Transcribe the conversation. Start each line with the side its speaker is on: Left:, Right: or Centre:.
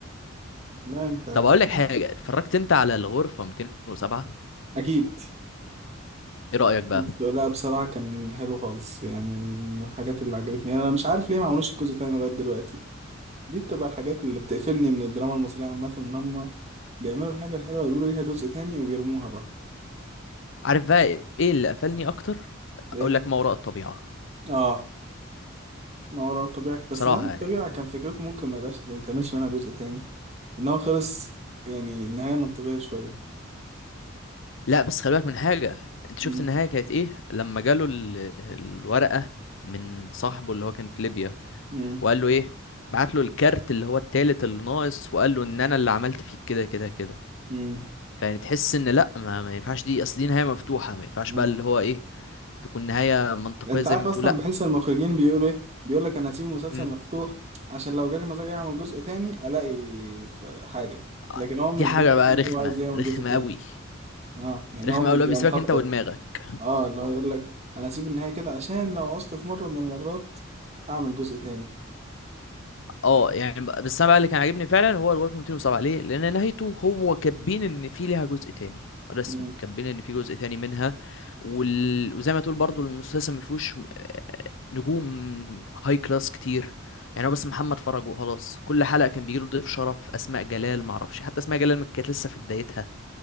Right: لا انت فاكر
Left: طب أقول لك حاجة اتفرجت أنت على الغرفة 207
Right: اكيد
Left: إيه رأيك بقى
Right: بس لا بصراحه كان حلو خالص يعني من الحاجات اللي عجبتني انا مش عارف ليه ما عملوش الجزء التاني لغايه دلوقتي دي بتبقى الحاجات اللي بتقفلني من الدراما المصريه عامه ان هم بيعملوا الحاجه الحلوه يقولوا ليها جزء تاني وبيرموها بقى
Left: عارف بقى إيه اللي قفلني أكتر
Right: ايه
Left: أقول لك ما وراء الطبيعة
Right: اه ما وراء الطبيعه بس
Left: بصراحة
Right: ما وراء الطبيعه
Left: يعني
Right: كان فكرته ممكن ما يبقاش ما تعملش منها جزء تاني ان هو خلص يعني نهايه منطقيه شويه
Left: لا بس خلي بالك من حاجة أنت شفت
Right: مم.
Left: النهاية كانت إيه لما جاله ال- الورقة من صاحبه اللي هو كان في ليبيا
Right: مم.
Left: وقال له ايه بعت له الكارت اللي هو التالت اللي ناقص وقال له ان انا اللي عملت فيك كده كده كده
Right: مم.
Left: فيعني تحس ان لا ما, ما ينفعش دي اصل دي نهايه مفتوحه ما ينفعش
Right: مم.
Left: بقى اللي هو ايه تكون نهايه منطقيه
Right: انت
Left: زي
Right: عارف
Left: ما
Right: اصلا
Left: بتقول لا
Right: بحس المخرجين بيقولوا ايه بيقول لك انا هسيب المسلسل
Left: مم.
Right: مفتوح عشان لو جالي مزاج اعمل جزء تاني الاقي ف- حاجه
Left: آه،
Right: لكن هو مش
Left: دي حاجه
Right: بيعمل
Left: بقى
Right: كده
Left: رخمه
Right: هو عايز يعمل
Left: رخمه
Right: جزء تاني
Left: قوي
Right: اه يعني
Left: رخمه
Right: هو مش
Left: قوي اللي
Right: بيبقى
Left: هو بيسيبك
Right: مخطط
Left: انت ودماغك
Right: اه اللي هو يقول لك انا هسيب النهايه كده عشان لو عوزت في مره من المرات اعمل جزء تاني
Left: اه يعني ب- بس انا بقى اللي كان عاجبني فعلا هو الغرفه 207 ليه لان نهايته هو كاتبين ان في ليها جزء تاني رسمي
Right: مم.
Left: كاتبين ان في جزء تاني منها وال... وزي ما تقول برضو المسلسل ما فيهوش آه، نجوم هاي كلاس كتير يعني هو بس محمد فرج وخلاص كل حلقه كان بيجيله ضيف شرف اسماء جلال ما اعرفش حتى اسماء جلال ما كانت لسه في بدايتها